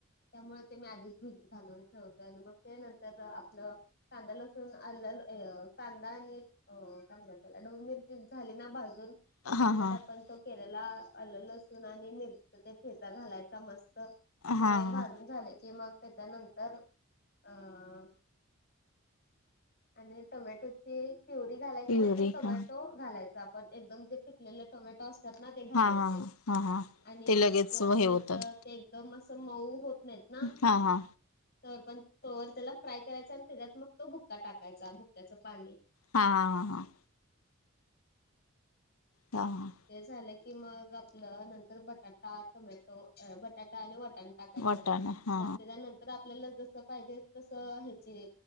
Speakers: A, on the left; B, on the left.
A: त्यामुळ ते मी आधीच घालून ठेवतोय आणि मग ते नंतर आपलं कांदा, लसूण, अल्लं, य कांदा आणि हो काय म्हणत्यात त्याला ढबू मिरची झाली ना भाजून
B: हा
A: म त्याच्यात
B: हा हा
A: आपण तो केलेला अल्ल, लसूण आणि मिरचीचा ते ठेचा घालायचा मस्त. ते
B: हा
A: भाजून
B: हा
A: झाल की मग त्याच्यानंतर अं आणि टोमॅटोची प्युरी घालायची
B: प्युरी
A: नाही तर टोमॅटो
B: हा
A: घालायच आपण एकदम जे पिकलेले टोमॅटो असतात ना ते घालायचे
B: हा हा हा हा
A: आणि
B: ते लगेच
A: तोपर्यंत
B: हे होतात
A: ते एकदम असं मऊ होत नाहीत ना
B: हा हा
A: तोवर पण तोवर त्याला फ्राय करायचा आणि त्याच्यात मग तो भुक्का टाकायचा भुक्क्याचं पाणी
B: हा ह हा हा. हा हा.
A: ते झालं की मग आपलं नंतर बटाटा, टोमॅटो, बटाटा आणि वाटाणा टाकायच
B: वाटाणा हा
A: मग त्याच्यानंतर आपल्याला जस पाहिजे तस ह्याची